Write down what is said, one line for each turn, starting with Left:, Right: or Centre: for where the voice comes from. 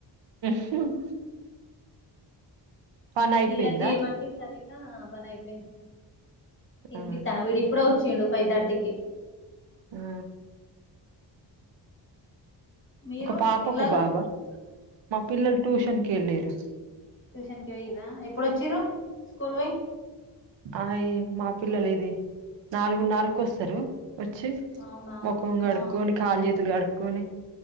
Right: హమ్ పని అయిపోయిందా
Left: పిల్లల <unintelligible> పని అయిపోయింది తినిపితన
Right: ఆ
Left: వీడు ఇప్పుడ వచ్చిండు ఫైవ్ థర్టీకి
Right: ఆ
Left: మీరు
Right: ఒక పాప
Left: పిల్లలు
Right: ఒక బాబ మా పిల్లలు ట్యూషన్కి వెళ్ళరు
Left: ట్యూషన్కి పోయ్యర ఎప్పుడు వచ్చిరూ స్కూల్ వై
Right: అయి మా పిల్లలు ఇది నాలుగున్నరకు ఒస్సరు ఒచ్చి
Left: అవునా
Right: ముఖం కడుక్కొని
Left: ఆ
Right: కాల్ జేతులు కడుక్కొని